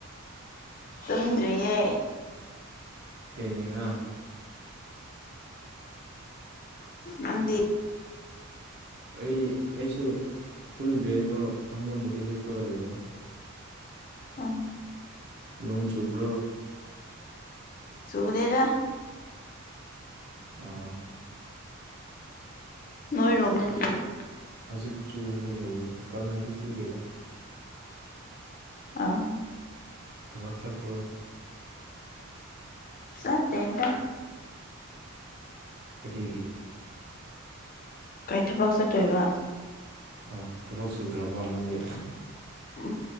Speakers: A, on the left (about 40°); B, on the right (about 50°).
A: ꯇꯨꯝꯗ꯭ꯔꯤꯌꯦ
B: ꯊꯦꯡꯉꯤꯅ
A: ꯅꯪꯗꯤ
B: ꯑꯩ ꯑꯩꯁꯨ ꯇꯨꯝꯗ꯭ꯔꯤ ꯑꯗꯣ ꯐꯃꯨꯡꯗꯗꯤ ꯍꯤꯠꯄꯒ ꯂꯩꯌꯦ
A: ꯑꯣ
B: ꯅꯣꯡ ꯆꯨꯕ꯭ꯔꯣ
A: ꯆꯨꯗꯦꯗ
B: ꯑꯣ
A: ꯅꯣꯏꯔꯣꯝꯗꯗꯤ
B: ꯍꯧꯖꯤꯛ ꯆꯨꯒ ꯂꯩꯔꯦ ꯀꯟꯅꯗꯤ ꯆꯨꯗꯦꯗ
A: ꯑꯣ
B: ꯊꯕꯛ ꯆꯠꯄ꯭ꯔꯣ
A: ꯆꯥꯇꯦꯅꯗꯥ
B: ꯀꯔꯤꯒꯤ
A: ꯀꯩ ꯊꯕꯛ ꯆꯠꯇꯣꯏꯕ
B: ꯑꯣ ꯊꯕꯛ ꯁꯨꯗ꯭ꯔꯕꯣ ꯅꯪꯗꯤ
A: ꯎꯝ